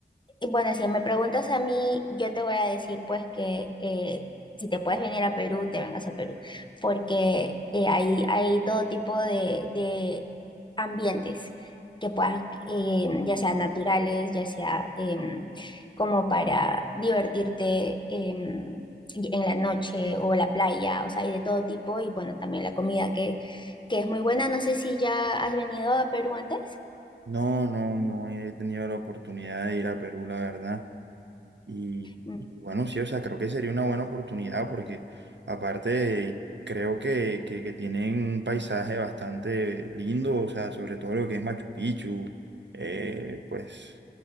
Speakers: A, on the left; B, on the right.
A: y bueno, si me preguntas a mí, yo te voy a decir pues que eh, si te puedes venir a Perú, te vengas a Perú, porque eh, hay, hay todo tipo de, ambientes que puedas, eh, ya sea naturales, ya sea em, como para divertirte em, y- en la noche o la playa, o sea, hay de todo tipo y bueno, también la comida que, que es muy buena. No sé si ya has venido a Perú antes.
B: No, no, no he tenido la oportunidad de ir a Perú, la verdad. Y,
A: Mm,
B: y bueno, sí, o sea, creo que sería una buena oportunidad porque aparte creo que, que, que tienen un paisaje bastante lindo, o sea, sobre todo lo que es Machu Picchu, eh, pues